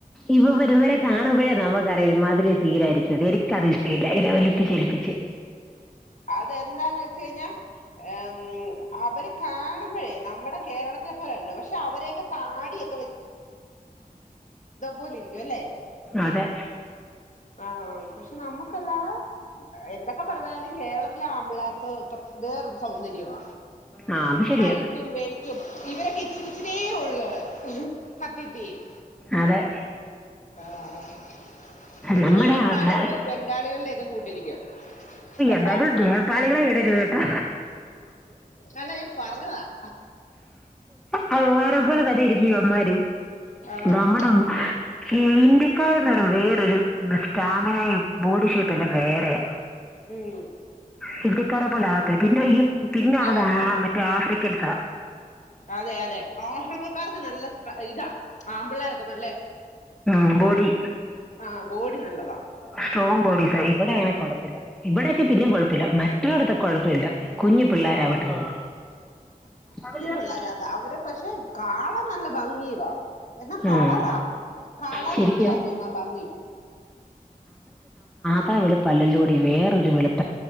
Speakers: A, in the centre; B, on the left (about 50°).
A: ഇവ ഇവന്മാരെ കാണുമ്പോഴേ നമുക്കറിയും ഇമ്മാതിരി സീനായിരിക്കുംന്ന് എനിക്കത് ഇഷ്ടമല്ല ഇങ്ങനെ ഒലിപ്പിച്ച് ഒലിപ്പിച്ച്.
B: അതെന്താന്ന് വെച്ച കഴിഞ്ഞാ ഏഹ് അവര് കാണുമ്പഴേ നമ്മുടെ കേരളത്തെ പോലെയല്ലോ പക്ഷെ അവരൊക്കെ താടിയ- പോലെ ഇരിക്കും അല്ലേ
A: അതെ
B: ആ പക്ഷെ നമുക്ക- ല്ല എന്ത <unintelligible> ഇപ്പ പറഞ്ഞാല് കേരളം- ചെല ആൺപിള്ളേർക്ക് വേറോരു സൗന്ദര്യയാ
A: ആ അത് ശരിയാ
B: ഹയിറ്റും വെയിറ്റും - ഇവരൊക്കെ ഇച്ചിരി ഇച്ചിയേ ഉള്ള് സത്യത്തി -
A: അതെ
B: ആഹ ആഹ <unintelligible>
A: നമ്മുടെ
B: നേപ്പാളികളും
A: ആ- ന-
B: ബംഗാളികളുടെ ഒക്കെ കൂട്ടിരിക്കും പക്ഷെ
A: എന്തായാലും നേപ്പാളികളെ വിടരരുത് കേട്ടോ
B: അല്ല ഞാൻ പറഞ്ഞതാ <inaudible>
A: അത് വേറെ പോലെ തന്നെ ഇരിക്കും ഇവൻമ്മാരും
B: ആഹ്
A: വമ്മട <unintelligible> ഈ ഇന്ത്യക്കാരന്ന് പറയുമ്പോ വേറോരു സ്റ്റാമിനയും ബോഡി ഷേപ്പ്- പിന്നെ വേറെയാ
B: ഉം
A: സിദ്ധിക്കാര പോലാ പിന്നെ പിന്നെയിള്ളത്
B: അവ
A: ആഹ്
B: ആ
A: മറ്റേ ആഫ്രിക്ക <unintelligible>
B: അതെ അതെ ആഫ്രിക്കക്കാർക്ക് നല്ല സ്ട്ര- ഇതാ ആമ്പിള്ളേരൊക്കെ നല്ല
A: മ് ബോഡി
B: ആ ബോഡി നല്ലതാ
A: സ്ട്രോങ് ബോഡീസ് ഇവിടെ അങ്ങനെ കൊള്ളത്തില്ല ഇവിടെയൊക്കെ പിന്നും കൊഴപ്പില്ല മറ്റുള്ളടത്തെ കൊഴപ്പില്ല കുഞ്ഞു പിള്ളോരവിട്ട്
B: ആഹ്
A: <unintelligible>
B: പിള്ളാരാന്ന് അവര് പക്ഷെ കാണാൻ നല്ല ഭംഗിയുവാ എന്നാ കളറാ
A: ഉം.
B: കളറിന്റെയാ
A: ശരിക്കും
B: തോന്ന് ആ ഭംഗി
A: ത്ര വളുപ്പല്ലല്ലോടെ വേറൊരു വെളുപ്പ്